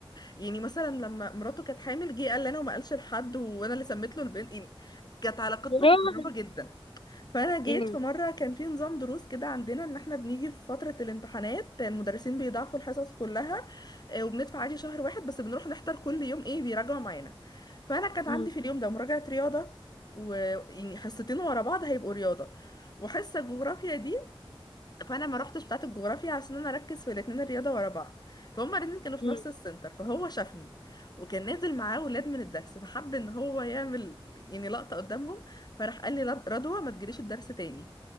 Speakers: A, on the left; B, on the left.
A: يعني مثلا لما مراته كانت حامل جه قال لي انا وما قالش لحد وانا اللي سميت له البنت يعني كانت علاقتنا
B: يا
A: مقربه
B: روحي
A: جدا فانا جيت
B: امم
A: في مره كان في نظام دروس كده عندنا ان احنا بنيجي في فتره الامتحانات المدرسين بيضاعفوا الحصص كلها آه، وبندفع عادي شهر واحد بس بنروح نحضر كل يوم ايه بيراجعوا معانا فانا كانت عندي
B: امم
A: في اليوم ده مراجعه رياضه ويعني حصتين ورا بعض هيبقوا رياضه وحصه جغرافيا دي فانا ما روحتش بتاعه الجغرافيا عشان انا اركز في الاثنين الرياضه ورا بعض فهم الاثنين كانوا
B: <laughs>
A: في
B: امم
A: نفس السنتر فهو شافني وكان نازل معاه ولاد من الدرس فحب ان هو يعمل يعني لقطه قدامهم فراح قال لي "لا- رضوى ما تجريش الدرس تاني